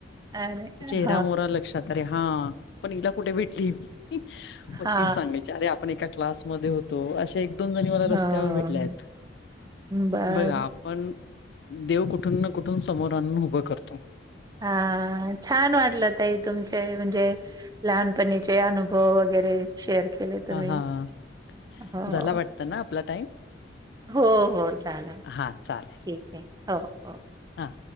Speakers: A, on the right (about 20°); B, on the left (about 60°).
A: अ रे हा.
B: निरा मोरा लक्षात अरे हा पण हिला कुठे भेटली मी. मग
A: हा
B: तीच सांगायची अरे आपण एका क्लासमध्ये होतो असे. दोन जणी मला रस्त्यावर
A: हो
B: भेटल्या आहेत
A: बर.
B: बघा आपण. देव कुठून ना कुठून समोर आणून उभं करतो.
A: हा छान वाटलं ताई तुमचे म्हणजे. लहानपणीचे अनुभव वगैरे. शेअर केले तुम्ही
B: हा हा
A: हो.
B: झाला वाटतं ना आपला टाइम
A: हो हो चालान ठीक
B: हा चालेल
A: आहे हो हो.
B: हा,